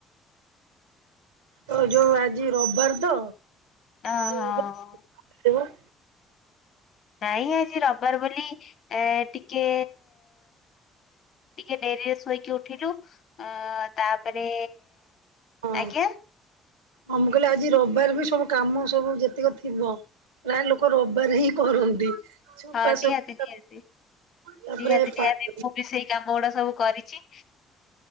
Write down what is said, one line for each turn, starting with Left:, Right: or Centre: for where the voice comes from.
Right: ହ ଯୋଉ ଆଜି ରବିବାର ତ
Left: ଅ
Right: ଯିବ
Left: ହଁ
Right: ବୋଧେ
Left: କାଇଁ ଆଜି ରବିବାର ବୋଲି ଏ ଟିକେ ଟିକେ ଡେରି ରେ ଶୋଇକି ଉଠିଲୁ ଅ ତାପରେ
Right: ହଁ
Left: ଆଜ୍ଞା
Right: ହଁ ମୁଁ କହିଲି ଆଜି ରବିବାର୍ ବି ସବୁ କାମ ସବୁ ଯେତିକ ଥିବ ପ୍ରାୟ ଲୋକ ରବିବାର୍ ହିଁ କରନ୍ତି। ସଫା
Left: ହଁ ନିହାତି
Right: ସଫି
Left: ନିହାତି
Right: ତାପରେ
Left: ନିହାତି ନିହାତି ମୁଁ ବି ସେଇ କାମ ଗୁଡା ସବୁ କରିଚି